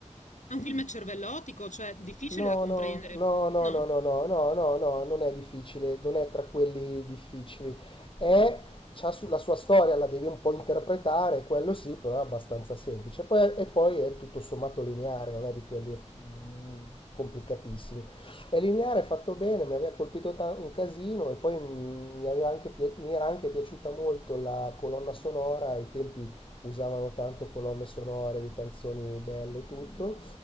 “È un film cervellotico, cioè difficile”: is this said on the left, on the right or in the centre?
Left